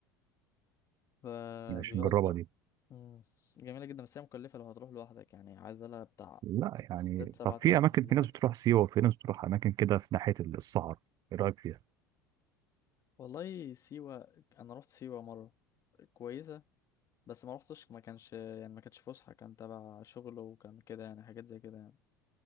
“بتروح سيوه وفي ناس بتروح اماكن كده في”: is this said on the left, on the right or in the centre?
Right